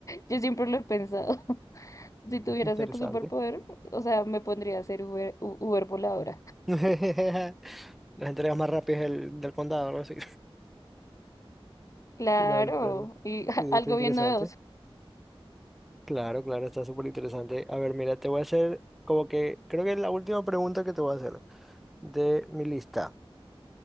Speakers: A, on the left (about 35°); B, in the centre.
A: Yo siempre lo he pensado. <laughs> Si tuviera
B: Interesante.
A: ese superpoder, o sea, me pondría a ser Uber, U- Uber voladora.
B: <laughs> Las entregas más rápidas del, del condado, algo así. <laughs>
A: Claro,
B: Cuidado de los planos.
A: y <laughs>
B: Sí,
A: algo
B: está interesante.
A: bien novedoso.
B: Claro, claro, está súper interesante. A ver, mira, te voy a hacer como que creo que es la última pregunta que te voy a hacer de mi lista.